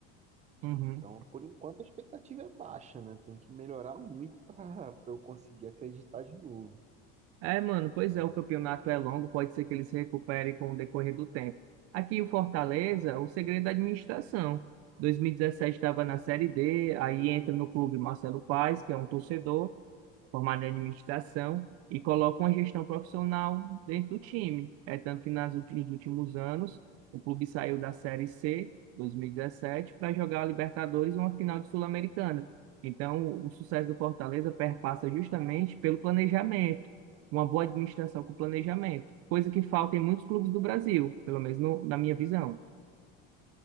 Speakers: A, on the right; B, on the right.
A: uhum.
B: Então, por enquanto, a expectativa é baixa, né? Tem que melhorar muito para eu conseguir acreditar de novo.
A: É, mano, pois
B: Aí,
A: é, o campeonato é longo, pode ser que eles se recuperem com o decorrer do tempo. Aqui o Fortaleza, o segredo da administração. 2017 estava na Série D, aí entra no clube Marcelo Paes, que é um torcedor, formado em administração e coloca uma gestão profissional dentro do time. É tanto que nas últi- nos últimos anos, o clube saiu da Série C, 2017, para jogar a Libertadores e uma final de Sul-Americana. Então, o sucesso do Fortaleza perpassa justamente pelo planejamento, uma boa administração com planejamento, coisa que falta em muitos clubes do Brasil, pelo menos no- na minha visão.